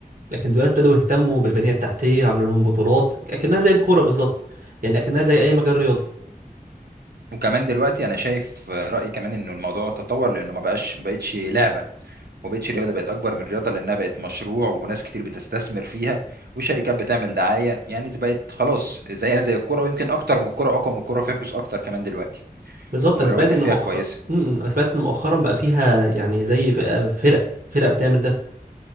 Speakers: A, on the right; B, on the right.
A: لكن دلوقتي ابتدوا يهتموا بالبنية التحتية عملوا لهم بطولات أكنها زي الكورة بالظبط يعني أكنها زي أي مجال رياضي
B: وكمان دلوقتي انا شايف آه، رايي كمان انه الموضوع تطور لانه ما بقاش ما بقتش لعبه وبقتش رياضة بقت أكبر من رياضة لأنها بقت مشروع وناس كتير بتستثمر فيها وشركات بتعمل دعاية يعني بقت خلاص زيها زي الكرة ويمكن أكتر من الكرة أقوى من الكرة فيها فلوس أكتر كمان دلوقتي
A: بالظبط
B: والرواتب
A: انا سمعت ان
B: فيها
A: مؤخ...
B: كويسة
A: مم، انا سمعت ان مؤخرا بقى فيها يعني زي ف- فرق فرق بتعمل ده